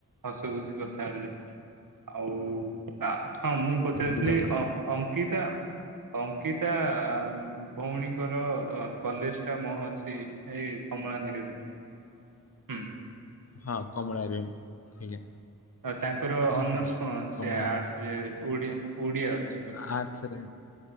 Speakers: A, on the right (about 75°); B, on the left (about 45°).
A: ହସ ଖୁସି କଥା ହେଲେ, ଆଉ ଆ ହଁ ମୁଁ ପଚାରିଥିଲି
B: ବିଜାପୁର
A: ଅ ଅଙ୍କିତା ଅଙ୍କିତା ଭଉଣୀଙ୍କର କଲେଜ୍ ଟା ମହର୍ଷି ଏଇ କମଳା ନେହେରୁ ହୁଁ
B: ହଁ କମଳା <unintelligible> ଆଜ୍ଞା।
A: ଆଉ ତାଙ୍କର
B: ହୁଁ
A: ଅନର୍ସ
B: ହୁଁ।
A: କଣ ଅଛି
B: କମଳା
A: ଆର୍ଟ୍ସ
B: ନୁହଁ
A: ରେ ଓଡିଆ-ଓଡ଼ିଆ ଅଛି <unintelligible>
B: ଆର୍ଟ୍ସ ରେ।